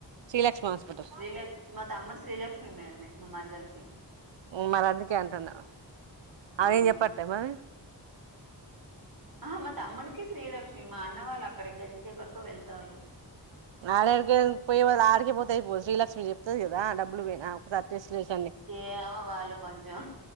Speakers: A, on the right; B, on the right.
A: శ్రీలక్ష్మి హాస్పిటల్
B: శ్రీలక్ష్మి మేడం మా తమ్ముడి మరదలే అ <unintelligible>
A: మరి అందుకే అంటున్నా అదేం
B: ఉమ్
A: చెప్పట్లే మరి
B: ఆ మా తమ్ముడికి శ్రీలక్ష్మి మా అన్న వాళ్ళు అక్కడి్ర ఇంకెక్కడికో వెళ్తా వాళ్ళు
A: ఆడడిక పోయేళ్ ఆడికే పోతాయి పో శ్రీలక్ష్మి చెప్తుంది కదా డబ్బులు పోయినా ఒకసారి టెస్ట్లు చేసండి
B: ఏమో వాళ్ళు కొంచెం